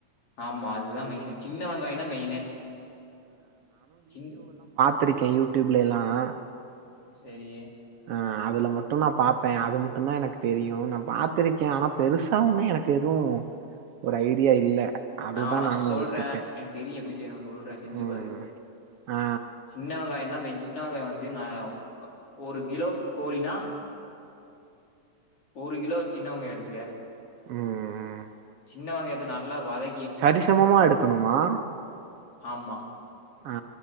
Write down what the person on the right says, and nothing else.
திருக்கே யூடியூப்ல எல்லா ஆ
ஆ அதில மட்டும் நா பார்ப்பே அது மட்டும் தான் எனக்கு தெரியும் நா பார்த்திருக்கேன் ஆனா பெருசா ஒன்னும் எனக்கு எதுவும் ஒரு ஐடியா இல்ல அதுதா
நானு
விட்டுட்டே
ம்
ஆ
ம் ம்
சரிசமம்மா எடுக்கணுமா
ஆ